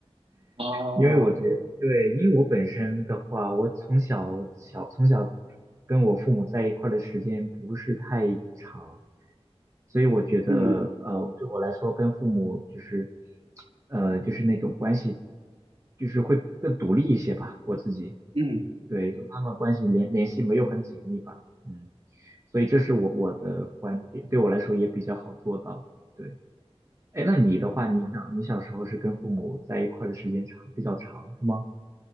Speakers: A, on the right; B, on the right.
A: 啊，
B: 因为我对对，因为我本身的话，我从小小从小跟我父母在一块儿的时间不是太长，所以我觉得呃，
A: 嗯
B: 对我来说跟父母就是呃就是那种关系，就是会更独立一些吧，我自己
A: 嗯。
B: 对跟他们关系联联系没有很紧密吧，嗯，所以这是我我的观点，对我来说也比较好做到，对。哎，那你的话，你想你小时候是跟父母在一块儿的时间长，比较长，是吗？